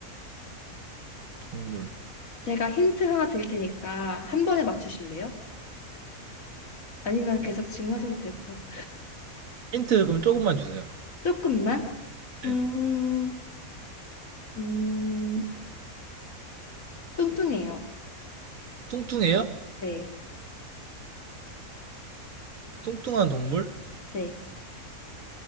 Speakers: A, on the right; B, on the left.
A: 동물.
B: 제가 힌트 하나 드릴 테니까 한 번에 맞추실래요? 아니면 계속 질문하셔도 되고요.
A: 힌트 그럼 조금만 주세요.
B: 조금만?
A: 네.
B: 음, 음, 뚱뚱해요.
A: 뚱뚱해요?
B: 네,
A: 뚱뚱한 동물?
B: 네,